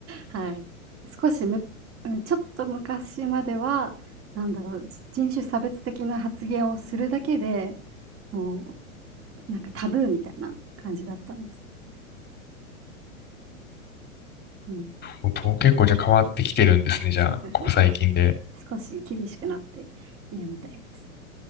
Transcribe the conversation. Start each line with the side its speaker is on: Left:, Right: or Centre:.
Right: はい。少しむうん、ちょっと昔までは、なんだろう、人種差別的な発言をするだけで、もう、なんかタブーみたいな感じだったんです。うん。
Left: もうと結構じゃあ変わってきてるんですね、じゃあ、
Right: そうですね、
Left: ここ最近で。
Right: 変わって、少し厳しくなっているみたいです。